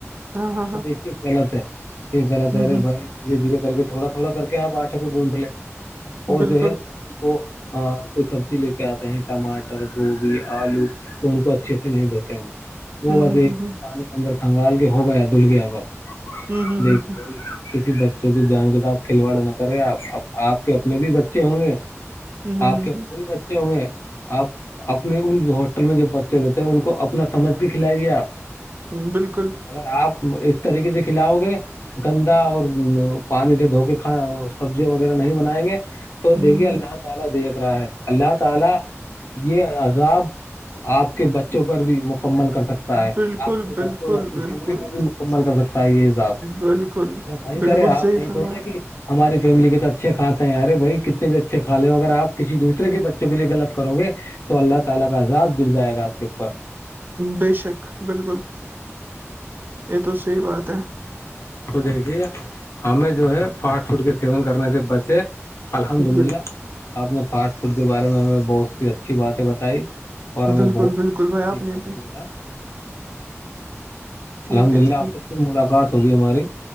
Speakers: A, on the right; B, on the left.
A: ہ ہاں
B: تو
A: ہاں
B: دیکھیے غلط ہے یہ غلط
A: ہوں
B: ہے ارے
A: ہوں
B: بھائی دھیرے دھیرے کر کے تھوڑا تھوڑا کر کے آپ آٹے کو گونھ لے اور
A: بالکل
B: جو ہے سبزی کو ہ کوئی سبزی لے کے آتے ہیں ٹماٹر گوبھی آلو تو ان کو اچھے سے نہیں دھوتے ہیں وہ وہ
A: ہوں
B: بس
A: ہوں
B: ایک
A: ہوں ہوں
B: پانی کے اندر کنگال کے ہو گیا دھل گیا بس
A: ہوں ہوں ہوں
B: دیکھو گ کسی بچوں کی جان کے ساتھ کھلواڑا نہ کرے آپ آپ کے اپنے بھی بچے ہوں گے
A: ہوں ہوں
B: آپ
A: ہوں
B: کے اپنے بھی بچے ہوں گے آپ اپنے ان ہواسٹل میں جو بچے رہتے ہیں ان کو اپنا سمجھ بھی کھلائیے آپ
A: بالکل
B: اگر آپ اس طریقے سے کھلاؤ گے گندا اور پانی سے دھو کے کھا سبزیا وغیرہ نہیں بنائیں گے تو
A: ہوں
B: دیکھیے اللہ
A: ہوں
B: تعالی دیکھ رہا ہے اللہ تعالی یہ عذاب آپ کے بچوں پر بھی مکمل کر سکتا ہے
A: بالکل
B: آپ کے
A: بالکل
B: بچوں کو اپنی
A: بالکل
B: فیملی کو بھی مکمل کر سکتا ہے یہ حساب
A: بالکل
B: ایسا نہیں
A: بالکل
B: کرے آپ
A: صحیح
B: نہیں
A: فرمایا
B: سوچے کہ ہماری فیملی کے تو اچھے کھاتے ہیں ارے بھائی اپ بچے کا لے اگرپ کسی دوسے کے بچوں کے لیے غط کرو گے تو اللہ تعالی کا عذاب گر جائے گاپ کے اوپر
A: بے شک بالکل یہ تو صحیح بات ہے
B: تو دیکھیے ہمیں جو ہے فاسٹ فوڈ کے سیون کرنے سے بچے الحمد
A: بالکل
B: للہ آپ نے فاسٹ فوڈ کے بارے میں ہمیں بہت سی اچھی باتیں بتائی اور ہم
A: بالکل
B: میںیں بہت کچھ
A: بالکل بھائی آپ
B: سیکھنے
A: نے
B: کو
A: بھی
B: ملا
A: ٹھیک
B: الحمد
A: ہے
B: للہ
A: ٹھیک
B: آب تک پھر ملاقات ہوگی ہماری